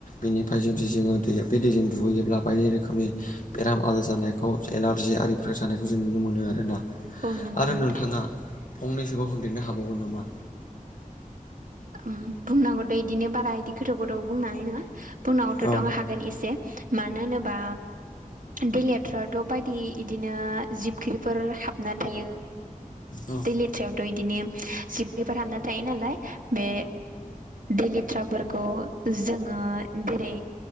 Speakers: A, on the left; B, on the right.
A: बेनिफ्राय जे <unintelligible> जोङो दैया बे दैजों दुगैयोब्ला बायदि रोखोमनि बेराम आजार जानायखौ एलार्जि आरिफोर जानायखौ जों नुनो मोनो आरोना।
B: औ नंगौ
A: आरो
B: नोंथां
A: नोंथाङा फंनैसोबाव होनदेरनो हाबावगोन नामा?
B: उम बुंनांगौ दै इदिनो बाराय बिदि गोथौ गोथौ बुंनानै नङा फुनावथ'
A: औ
B: दङ हागोन एसे। मानो होनोबा दैलेथ्रथ' बायदि इदिनो जिबख्रिफोर हाबनानै थायो
A: औ
B: दै लेथ्रा इदिनो सिप पेपार हामना थायो नालाय। बे दैेलेथ्राफोरखौ जोङो जेरै